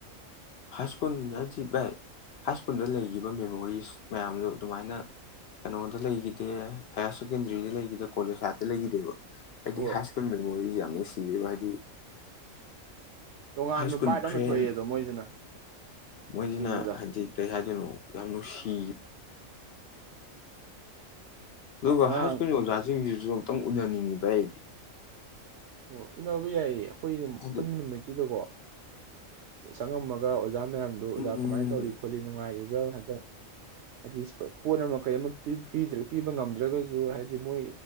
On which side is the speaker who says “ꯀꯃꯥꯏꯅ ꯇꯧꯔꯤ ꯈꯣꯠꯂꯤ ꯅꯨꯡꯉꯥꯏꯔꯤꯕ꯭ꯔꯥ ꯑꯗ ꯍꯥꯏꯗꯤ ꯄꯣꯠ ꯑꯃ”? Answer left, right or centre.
Right